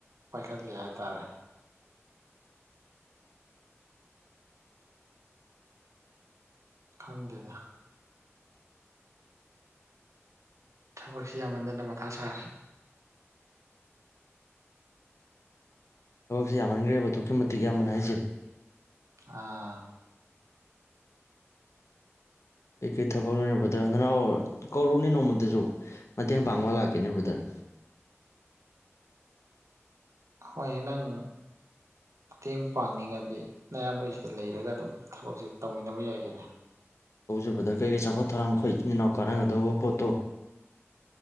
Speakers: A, on the right (about 85°); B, on the left (about 70°).
A: ꯄꯥꯏꯈꯠꯂꯤ ꯍꯥꯏꯇꯥꯔꯦ ꯈꯪꯗꯦꯗ ꯊꯕꯛꯁꯤ ꯌꯥꯝꯃꯟꯗꯅ ꯃꯊꯥ ꯁꯥꯔꯦ
B: ꯊꯕꯛꯁꯦ ꯌꯥꯝꯃꯟꯈ꯭ꯔꯦꯕ ꯑꯗꯨꯛꯀꯤ ꯃꯇꯤꯛ ꯌꯥꯝꯕꯅ ꯍꯥꯏꯁꯦ
A: ꯑꯥ
B: ꯀꯩꯀꯩ ꯊꯕꯛ ꯅꯣꯅꯦ ꯕ꯭ꯔꯗꯔ ꯅꯅꯥꯎ ꯀꯧꯔꯛꯅꯦ ꯅꯣꯡꯃꯗꯁꯨ ꯃꯇꯦꯡ ꯄꯥꯡꯕ ꯂꯥꯛꯀꯦꯅꯦ ꯕ꯭ꯔꯗꯔ
A: ꯍꯣꯏ ꯅꯪ ꯃꯇꯦꯡ ꯄꯥꯡꯅꯤꯡꯉꯗꯤ ꯅꯌꯥꯝꯕꯒꯤꯁꯤꯗ ꯂꯩꯔꯒ ꯑꯗꯨꯝ ꯊꯕꯛꯁꯦ ꯇꯧꯃꯤꯟꯅꯕ ꯌꯥꯏ ꯀꯩꯅꯣ
B: ꯇꯧꯁꯦ ꯕꯔꯗꯔ ꯀꯩ ꯀꯩ ꯆꯥꯎꯈꯠ ꯊꯧꯔꯥꯡ ꯑꯩꯈꯣꯏ ꯏꯆꯤꯟ ꯏꯅꯥꯎ ꯀꯥꯟꯅꯒꯗꯕ ꯄꯣꯠꯇꯣ